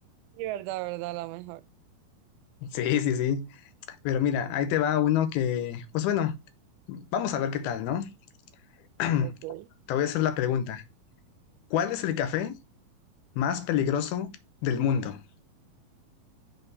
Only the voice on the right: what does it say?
Sí, verdad, verdad, la mejor.
Ok.